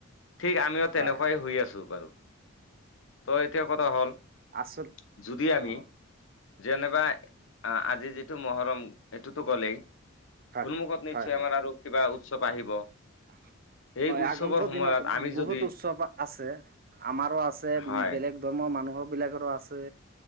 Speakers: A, on the left (about 65°); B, on the right (about 45°).
A: ঠিক আমিও তেনেকুৱাই
B: হয় হয়
A: হৈ আছোঁ বাৰু। ত এতিয়া কথা হ'ল
B: আচল,
A: যদি আমি
B: হা
A: যেনেবা আজি যিটো মহৰম সেইটোতো গলেই। সন্মুখত
B: হয়
A: নিশ্চয়,
B: হয় হয়
A: আমাৰ আৰু কিবা উৎসৱ আহিব?
B: <unintelligible>
A: সেই
B: হয়
A: উৎসৱৰ
B: আগন্তুক
A: সময়ত
B: দিনত
A: আমি
B: বহুত
A: যদি
B: উৎসৱ আছে। আমাৰো আছে
A: হয়
B: বেলেগ ধৰ্মৰ মানুহৰ বিলাকৰো আছে।